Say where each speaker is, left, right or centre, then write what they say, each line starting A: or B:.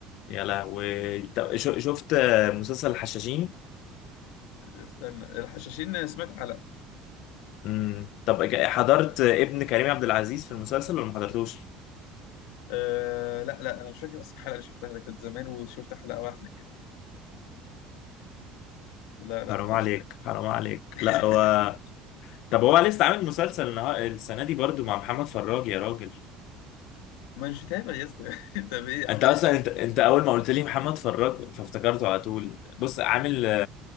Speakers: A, on the left; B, on the left.
A: يا لهوي طب شو- شفت مسلسل الحشاشين
B: استنى الحشاشين سمعت حلقه
A: امم طب جا- حضرت ابن كريم عبد العزيز في المسلسل ولا ما حضرتوش
B: آه لا لا انا مش فاكر اصلا الحلقه اللي شفتها ده كانت زمان وشفت حلقه واحده كده لا لا
A: حرام عليك
B: مش فاكر
A: حرام عليك
B: <laughs>
A: لا هو طب هو لسه عامل مسلسل النها- السنه دي برضو مع محمد فراج يا راجل
B: ما مش متابع يا اسطى <laughs> طب ايه عامل
A: انت اصلا
B: ايه
A: انت انت اول ما قلت لي محمد فراج فافتكرته على طول بص عامل